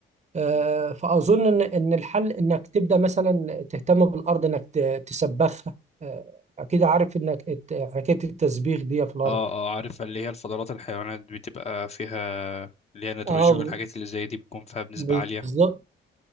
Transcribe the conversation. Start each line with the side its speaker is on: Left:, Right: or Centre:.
Right: آه،
Left: مم.
Right: فأظن إن إن الحل إنك تبدأ مثلا تهتم بالأرض إنك ت- تسبخها آه، أكيد عارف إنك الت- حكاية التسبيخ دي في الأرض
Left: اه اه عارف اللي هي الفضلات الحيوانات بتبقى فيها اللي هي نيتروجين
Right: اه
Left: والحاجات اللي زي دي بتكون فيها بنسبة
Right: بالظبط
Left: عالية